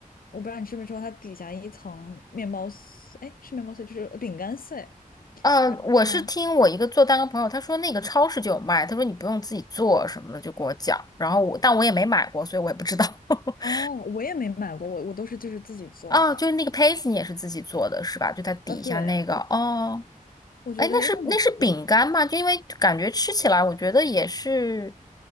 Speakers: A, on the left (about 85°); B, on the left (about 25°).
A: 我不知道你吃没吃过，它底下一层面包碎，哎，是面包碎，就是呃饼干碎。
B: 呃，
A: 然后呢，
B: 我是听我一个做蛋糕朋友，他说那个超市就有卖，他说你不用自己做什么的，就给我讲，然后我但我也没买过，所以我也不知道。<laughs>
A: 哦，我也没买过，我我都是就是自己做的。
B: 哦，就是那个胚子，你也是自己做的是吧？就它底下那个哦，
A: 啊，对，我觉得因为我我
B: 哎，那是那是饼干吗？就因为感觉吃起来，我觉得也是，